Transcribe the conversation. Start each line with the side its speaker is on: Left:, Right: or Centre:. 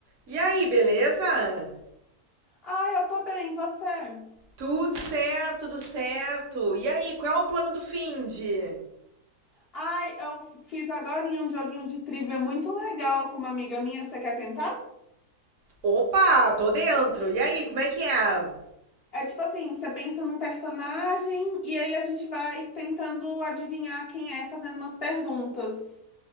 Right: E aí, beleza?
Left: Ai, eu tô bem, e você?
Right: Tudo certo, tudo certo. E aí, qual é o plano do finde?
Left: Ai, eu fiz agora um joguinho de trivia muito legal com uma amiga minha. Você quer tentar?
Right: Opa, tô dentro. E aí, como é que é?
Left: É tipo assim, você pensa num personagem e aí a gente vai tentando adivinhar quem é, fazendo umas perguntas.